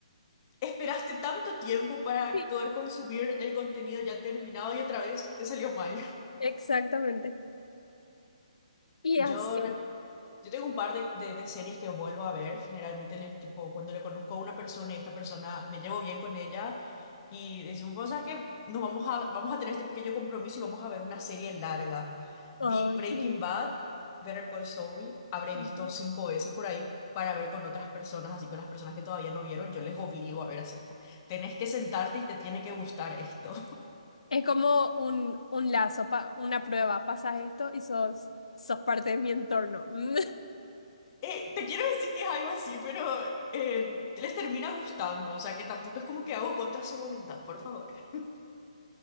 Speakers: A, on the left (about 30°); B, on the left (about 70°).
A: Esperaste tanto tiempo para
B: Sí.
A: poder consumir el contenido ya terminado y otra vez te salió mal.
B: Exactamente. Y
A: Yo
B: así.
A: Yo tengo un par de, de- de series que vuelvo a ver. Generalmente, les, tipo, cuando le conozco a una persona y esta persona me llevo bien con ella y decimos, o sea, que nos vamos a, vamos a tener este pequeño compromiso y vamos a ver una serie larga. Vi
B: Ay,
A: Breaking
B: qué lindo.
A: Bad, Better Call Saul, habré
B: Ujú.
A: visto cinco veces por ahí para ver con otras personas, así con las personas que todavía no vieron, yo les obligo a ver así, tipo, tenés que sentarte y te tiene que gustar esto.
B: Es como un, un lazo, pa- una prueba. Pasas esto y sos, sos parte de mi entorno. <laughs>
A: Eh, te quiero decir que es algo así, pero eh, les termina gustando, o sea que tampoco es como que hago contra su voluntad, por favor. <laughs>